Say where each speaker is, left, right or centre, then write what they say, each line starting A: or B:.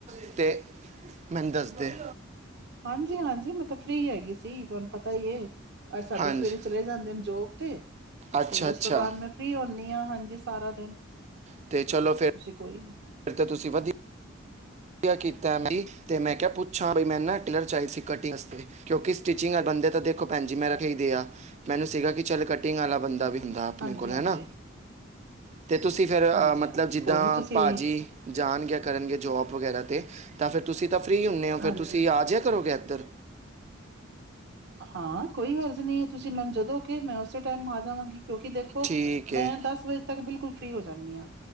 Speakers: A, on the right; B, on the right.
A: ਅਤੇ, ਮੈਨੂੰ ਦੱਸਦੇ?
B: ਹਾਂਜੀ- ਹਾਂਜੀ ਮੈਂ ਫ੍ਰੀ ਹੈਗੀ ਸੀ ਤੁਹਾਨੂੰ ਪਤਾ ਹੀ ਹੈ। ਸਾਡੇ
A: ਹਾਂਜੀ
B: ਸਵੇਰੇ ਚਲੇ ਜਾਂਦੇ ਨੇ ਜੋਬ ਤੇ,
A: ਅੱਛਾ
B: ਤੇ ਉਸ
A: ਅੱਛਾ
B: ਤੋਂ ਬਾਅਦ ਮੈਂ ਫਰੀ ਹੁੰਦੀ ਹਾਂ ਹਾਂਜੀ ਸਾਰਾ ਦਿਨ।
A: ਅਤੇ
B: ਤੇ
A: ਚਲੋ ਫਿਰ
B: ਤੁਸੀਂ ਕੋਈ
A: ਫਿਰ ਤੇ ਤੁਸੀਂ ਵਧੀਆ ਕੀਤਾ ਤੇ ਮੈਂ ਕਿਹਾ ਪੁੱਛਾਂ ਬ ਮੈਂ ਨਾ ਟਿਲਰ ਚ ਸੀ ਕਟਿੰਗ ਵਾਸਤੇ ਕਿਉਂਕਿ ਸਟਿਚਿੰਗ ਵਾਲੇ ਬੰਦੇ ਤਾਂ ਦੇਖੋ ਭੈਣ ਜੀ ਮੈਂ ਰੱਖ ਹੀ ਦੇ ਆ, ਮੈਨੂੰ ਸੀਗਾ ਕਿ ਚੱਲ ਕਟਿੰਗ ਵਾਲਾ ਬੰਦਾ ਵੀ ਹੁੰਦਾ ਆਪਣੇ
B: ਹਾਂਜੀ-ਹਾਂਜੀ
A: ਕੋਲ ਹੈ ਨਾ, ਅਤੇ ਤੁਸੀਂ ਫਿਰ
B: ਹਾਂਜੀ-ਹਾਂਜੀ
A: ਮਤਲਬ ਜਿੱਦਾਂ
B: ਕੋਈ ਨੀ ਤੁਸੀਂ
A: ਭਾਜੀ ਜਾਣਗੇ ਕਰਨਗੇ ਜੋਬ ਵਗੈਰਾ 'ਤੇ ਤਾਂ ਫਿਰ ਤੁਸੀਂ ਤਾਂ ਫਰੀ ਹੁੰਦੇ ਹੋ ਫਿਰ
B: ਹਾਂਜੀ
A: ਤੁਸੀਂ ਆ ਜਹਾ ਕਰੋਗੇ ਇੱਧਰ
B: ਹਾਂ ਕੋਈ ਹਰਜ਼ ਨਹੀਂ ਹੈ ਤੁਸੀਂ ਮੈਨੂੰ ਜਦੋਂ ਕੇ ਮੈਂ ਉਸੇ ਟਾਈਮ ਆ ਜਾਵਾਂਗੀ। ਕਿਉਂਕਿ ਦੇਖੋ
A: ਠੀਕ
B: ਮੈਂ
A: ਹੈ
B: ਦਸ ਵਜੇ ਤੱਕ ਬਿਲਕੁਲ ਫਰੀ ਹੋ ਜਾਂਨੀ ਆਂ।